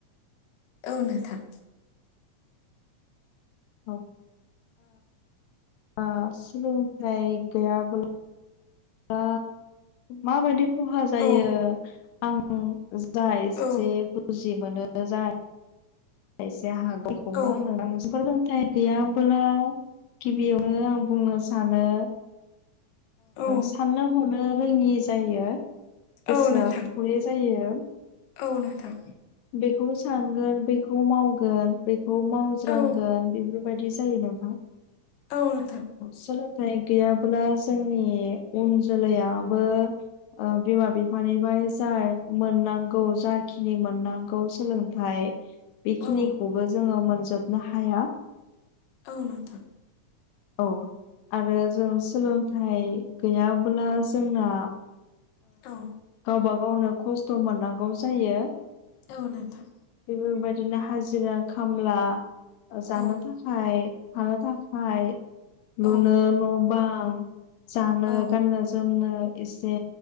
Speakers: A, on the left (about 65°); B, on the left (about 80°).
A: औ नोंथां
B: ओ आ सल थाय गया बल दा माबायदि खहा जायो
A: औ
B: आं आं जा एसे
A: औ
B: बुजि मोनो जा फायसे हागखौनो
A: औ
B: नों नोंसोर दोनथाय <unintelligible> गैयाबोला गिबियावनो आं बुंनो सानो
A: औ
B: साननो हनो रोङि जायो गोसोआ
A: औ नोंथां
B: <unintelligible> थखयै जायो
A: औ नोंथां
B: बेखौबो सानगोन बेखौ बेखौ मावगोन बेखौ मावज्रांगोन
A: औ
B: बेफोरबायदि जायो नोंथां
A: औ नोंथां
B: सोलोंथाइ गैयाब्ला जोंनि उन जोलैयाबो बिमा बिफानिफ्राय जा मोननांगौ जाखिनि मोननांगौ सोलोंथाइ नाथाय बेखिनिखौबो
A: औ
B: जोङो मोनजोबनो हाया
A: आ नोंथां
B: औ आरो जों सोलोंथाय थाय <unintelligible> गैयाब्ला जोंना
A: औ
B: गावबा गावनो खस्थ' मोननांगौ जायो
A: औ नोंथां
B: बेफोरबायदिनो हाजिरा खामला जानो
A: औ
B: थाखाय <unintelligible> थाखाय थानो थाखाय
A: औ
B: लुनो न' बां जानो
A: औ
B: गाननो जोमनो एसे